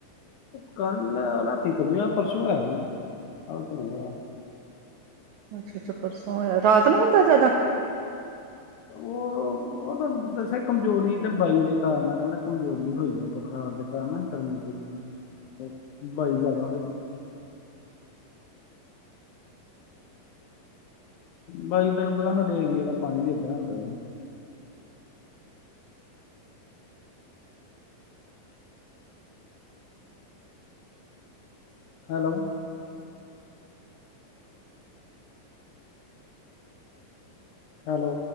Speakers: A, on the left (about 75°); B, on the right (about 85°).
A: ਕੱਲ ਰਾਤੀ ਗਈਆਂ ਪਰਸੋਂ ਹੈ ਨੀਂ ਸੀ। ਕੱਲ ਤਾਂ ਗਈਆਂ
B: ਅੱਛਾ-ਅੱਛਾ ਪਰਸੋਂ ਹੋਇਆ, ਰਾਤ ਨੂੰ ਹੁੰਦਾ ਜ਼ਿਆਦਾ
A: ਉਹ ਉਹ ਤਾਂ ਵੈਸੇ ਕਮਜ਼ੋਰੀ ਤੇ ਬਾਈ ਦੇ ਕਾਰਨ ਕਹਿੰਦਾ ਕਮਜ਼ੋਰੀ ਹੋਈ ਆ ਬੁਖਾਰ ਗਰਮੀ ਗੁਰਮੀ ਬਾਈ ਜ਼ਿਆਦਾ ਹੋਈ ਆ ਬਾਈ ਤਾਹਨੂੰ ਪਤਾ ਸਾਡੇ ਏਰੀਏ ਦਾ ਪਾਨੀ ਵੀ ਏਦਾਂ ਹੁੰਦਾ ਹੈ। Hello hello